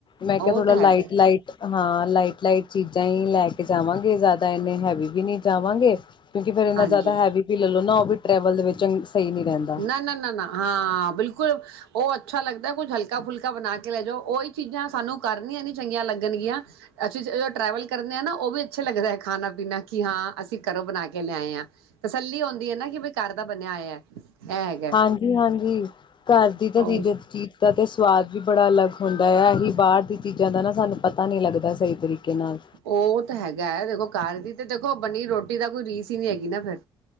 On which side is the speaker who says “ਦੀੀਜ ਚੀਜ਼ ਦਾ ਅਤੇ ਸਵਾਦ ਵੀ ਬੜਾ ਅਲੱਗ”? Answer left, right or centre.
Left